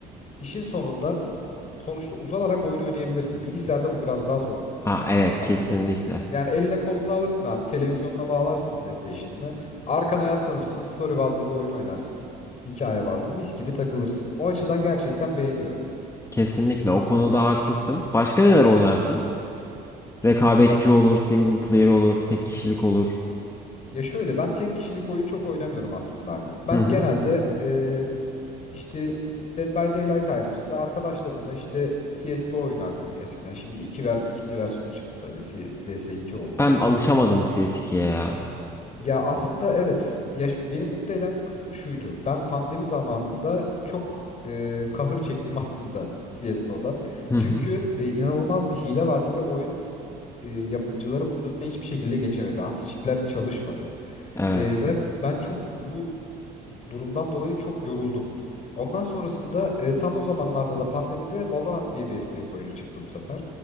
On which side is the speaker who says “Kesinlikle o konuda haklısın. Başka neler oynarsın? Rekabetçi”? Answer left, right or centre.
Left